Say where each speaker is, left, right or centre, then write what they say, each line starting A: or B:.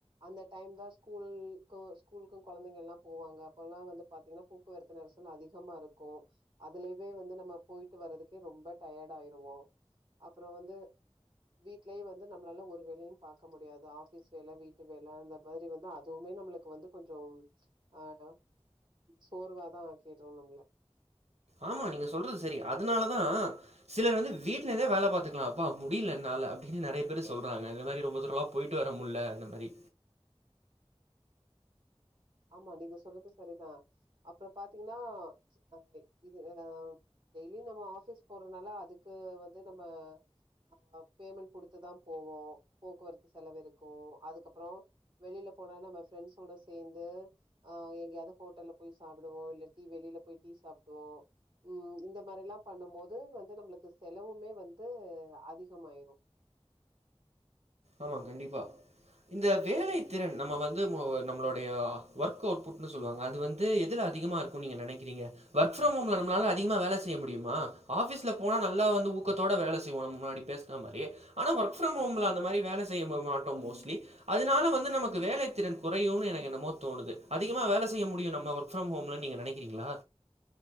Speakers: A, on the right (about 45°); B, on the right (about 85°).
A: அந்த டைம் தா ஸ்கூல் ஸ்கூலுக்கு கொழந்தைகள்லா போவாங்க அப்பல்லா வந்து பாத்தீங்கன்னா போக்குவரத்து நெரிசல் அதிகமா இருக்கு அதுலயே வந்து நம்ம போயிட்டு வறதுக்கே ரொம்ப டயர்டா ஆயிருவோ அப்புறம் வந்து. வீட்லயு வந்து நம்மளால ஒரு வேலையு பாக்க முடியாது ஆபிஸ் வேல வீட்டு வேல அந்த மாரி வந்து அதுவுமே நம்மளுக்கு. ளுக்கு வந்து கொஞ்சம் ஆ சோர்வாதா ஆக்கிறோ நம்மள
B: ஆமா நீங்க சொல்றது சரி அதனாலதா சிலர் வந்து வீட்டுலேருந்தே வேல பாத்துக்கலா அப்பா முடியல என்னால அப்டின்னு நெறைய பேர் சொல்றாங்க இந்த மாரி ரொம்ப தூரமெல்லா போயிட்டு வர முட்ல அந்த மாரி
A: ஆமா நீங்க சொல்றது சரிதா அப்புறோ பாத்தீங்கன்னா ஆ இது ம் ‌டெய்லி நம்ம ஆபிஸ் போறதுனால அதுக்கு வந்து நம்ம ஆ ம்‌ பேமெண்ட் குடுத்துதா போவோ போக்குவரத்து செலவு இருக்கு அதுக்கு அப்றோ வெளியில போனா நம்ம ஃப்ரென்ஸ்சோட சேந் து அ எங்கயாது ஹோட்டல்ல போய் சாப்புடுவோ இல்ல டீ வெளியில போய் டீ சாப்டுவோ ம் இந்த மாரிலாம் பண்ணும் போது வந்து நம்மளுக்கு செலவுமே வந்து அதிகமாயிரு
B: ஆமா கண்டிப்பா இந்த வேலை திறன் நம்ம வந்து ம நம்மளுடைய ஒர்க் அவுட்புட்னு சொல்லுவாங்க அது வந் அது எதுல அதிகமா இருக்கு நீங்க நெனைக்கிறீங்க ஒர்க் ஃப்ரம் ஹோம்ல நம்மளால அதிகமா வேல செய்ய முடியுமா ஆபிஸ்ல போனா நல்லா வந்து ஊக்கத்தோட வேல செய்வோ நாம முன்னாடி பேசனா மாரி ஆனா ஒர்க் ஃப்ரம் ஹோம்ல அந்த மாரி வேல செய்யவும் மாட்டோம் மோஸ்ட்லி. அதனால வந்து நமக்கு வேலை திறன் குறையுனு ‌‌எனக்கு என்னமோ தோணுது அதிகமா வேல செய்ய முடியு நம்ம ஒர்க் ஒர்க் ஃப்ரம் ஹோம்லா நீங்க நெனக்கிறீங்ளா